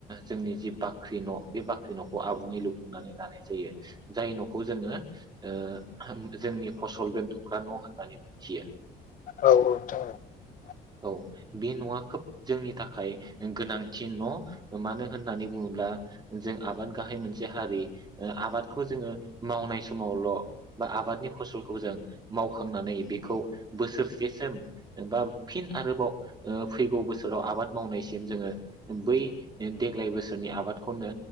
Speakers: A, on the right; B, on the left.
A: जोंनि जि बाख्रि न बे बाख्रि न'खौ आबुङै लुफुंनानै लानाय जायो जाय न'खौ जोङो ओ जोंनि फसल दोनथ'ग्रा न' होननानै मिथियो
B: औ औथां औ
A: औ बे न'आ खोब जोंनि थाखाय गोनांथि न मानो होननानै बुङोब्ला जों आबाद गाहाय मोनसे हारि आबादखौ जोङो मावनाय समावल' बा आबादनि फसलखौ जों मावखांनानै बेखौ बोसोरसेसोम बा फिन आरोबाव ओ फैगौ बोसोराव आबाद मावनायसिम जोङो बै देग्लाय बोसोरनि आबादखौनो